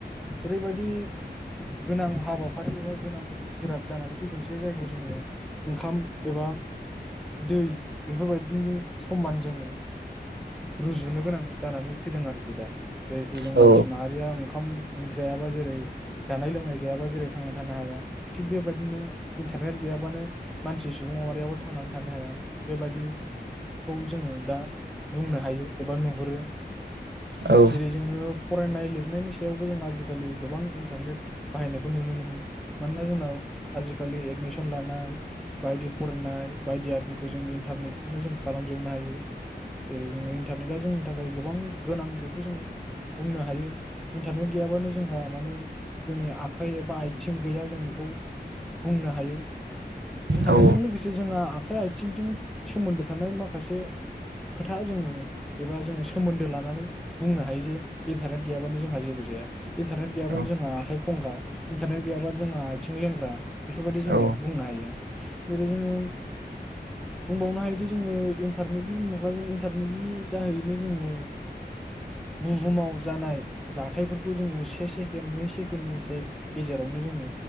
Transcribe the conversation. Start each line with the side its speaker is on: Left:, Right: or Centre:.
Centre: ओरैबायदि गोनां हाबा फारि एबा गोनां जिराद जानानै फैदोंसै जायखौ जोङो ओंखाम एबा दै बेफोरबायदिनि समान जोङो रुजुनो गोनां जानानै फैदों आरोखि दा। जायखौ जों
Right: औ
Centre: मानसि माहारिया ओंखा ओंखाम जायाबा जेरै जानाय लोंनाय जायाबा जेरै थांनानै थानो हाया थिग बेबायदिनो इन्टारनेट गैयाबानो मानसि सुबुं महरियाबो थांनानै थानो हाया बेबायदिखौ जोङो दा बुंनो हायो एबा नुहुरो।
Right: औ
Centre: जेरै जोङो फरायनाय लिरनायनि सायावबो जों आजिखालि गोबां इन्टारनेट बाहायनायखौ नुनो मोनो मानोना जोंनाव आजिखालि एडमिसन लानाय बायदि फरायनाय बायदि आरिंखौ जों इन्टारनेटजोंनो जों खालामजोबनो हायो। जेरै जोङो इन्टारनेटा जों थाखाय गोबां गोनां बेखौ जों बुंनो हायो इन्टारनेट गैयाबानो जोंहा माने जोंनि आखाइ एबा आथिं गैया जों इखौ बुंनो हायो। इन्टारनेटजों
Right: औ ओं
Centre: लोगोसे जोंङा आखाइ आथिंजों सोमोन्दो थानाय माखासे खोथा जोङो एबा जोङो सोमोन्दो ला नानै बुंनो हायो जे इन्टारनेट गैयाबानो जोंहा जेबो जाया। इन्टारनेट गैयाबानो
Right: औ
Centre: जों आखाय खंगा इन्टारनेट गैयाबा जोंहा आथिं लेंग्रा। बेफोरबायदि जोङो
Right: औ
Centre: बुंनो हायो। जेरै जोङो बुंबावनो हायोदि जोङो इनटारनेटनि मु गाजों इन्टारनेटनि जाहैयैनो जोङो बुहुमाव जानाय जाथायफोरखौ जोङो से सेकेणड नै सेकेण्डनि जे गेजेरावनो जोङो